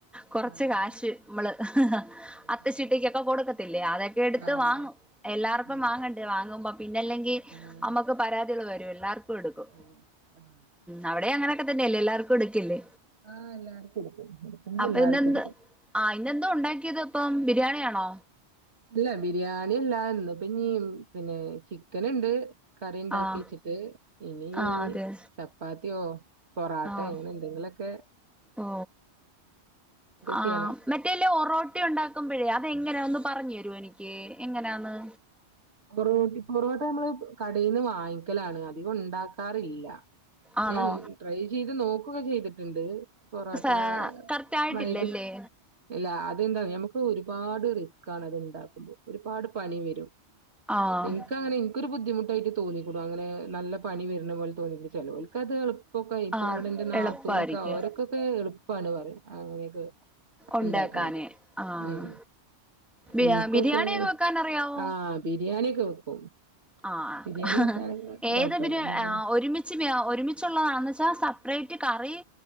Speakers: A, in the centre; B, on the right (about 70°).
A: കൊറച്ച്
B: ആഹ്
A: കാശ് മ്മള്
B: ആഹ്
A: അത്തച്ചീട്ടകൊക്കെ കൊടുക്ക അതൊക്കെ എടുത്ത്
B: ആഹ്
A: വാങ്ങും എല്ലാർക്കും
B: ആഹ്
A: വാങ്ങണ്ടേ വാങ്ങുമ്പോ പിന്നെല്ലെങ്കിൽ
B: ആഹ്
A: അമക്ക് പരാതി ക ൾ വരും എല്ലാർക്കു എട്ക്കും
B: ആഹ് ആഹ്
A: അവി ടിം അങ്ങനെ ല്ലർക്കുംഎടുക്കില്ലേ
B: ആഹ് എല്ലാർക്കും എടുക്കും എടുക്കുമ്പോ
A: അപ്പൊ
B: എല്ലാർക്കും
A: ഇന്നെന്ത്
B: എടുക്കും
A: ആ ഇന്നെന്തോ ഉണ്ടാക്കിയത് ഇപ്പം ബിരിയാണിയാണോ
B: അല്ല ബിരിയാണില്ല ഇന്ന്പ്പീ പിന്നെ ചിക്കന്‌ഇണ്ട് കറി ഇണ്ടാക്ക്യച്ചിട്ട്
A: ആഹ്
B: ഇനി
A: ആഹ് അതെ
B: ചപ്പാത്തിയോ പൊറാട്ടെ
A: ആഹ്
B: അങ്ങനെ എന്തെങ്കിലു ക്ക്
A: ഓ ആഹ്
B: ചെയ്യണം
A: മറ്റേല് ഒറോട്ടി ഉണ്ടാക്കുമ്പോഴേ അതെങ്ങനെയ ഒന്ന് പറഞ്ഞെര്വ എനിക്ക് എങ്ങനാന്ന്
B: മൊറോട്ടി മൊറോട്ട നമ്മള് കടേന്ന് വാങ്ങിക്കലാണ് അധികം ഉണ്ടാക്ക ക്കാറില്ല
A: ആണോ
B: ഞാൻ ട്രൈ ചെയ്ത് നോക്കുക ചെയ്തിട്ട്ണ്ട് പൊറോട്ട
A: സാ കറക്റ്റ് ആയിട്ടില്ലല്ലേ
B: മൈതി ഇല്ല <unintelligible> അതെന്ത നമക്ക് ഒരുപാട് റിസ്ക്കാണ് അത്ണ്ടാക്കുമ്പോ ഒരുപാട് പണി വരും
A: ആഹ്
B: ഇൻക്കങ്ങനെ ഇൻക്കൊരു ബുദ്ധിമുട്ടായിട്ട് തോന്നിക്കൂടും അങ്ങനെ നല്ല പണി വരുന്ന പോലെ തോന്നിയി <unintelligible> ചേലോൽകത് ഇപ്പൊക്കെ ഇപ്പ
A: ആഹ്
B: ഇവിടെ ഇന്റെ നാത്തൂനൊക്കെ
A: എളുപ്പായിരിക്കും
B: അവഓരൊ ക്കൊക്കെ എളുപ്പാണ് പറിം അങ്ങനെയൊക്കെ
A: ഉണ്ടാക്കാന്
B: ഉണ്ടാക്ക്ണത്
A: ആഹ്
B: ഉം
A: ബി
B: ഇൻക്കൊക്കെ
A: ബിരിയാണിയൊക്കെ വെക്കാൻ അറിയാവോ
B: ആഹ് ബിരിയാണ്യക്കെ വെക്കും
A: ആഹ്
B: ബിരിയാണി
A: ഹ്
B: വെക്കാനൊക്കെ
A: ഹ് ഏത്
B: കൊഴപ്പല്ല
A: ബി ര്
B: ബിരിയാണി
A: ആ <unintelligible> ഒരുമിച്ച് ആ ഒരുമിച്ചുള്ളതാന്ന് ച്ചാ സെപ്പറേറ്റ് കറി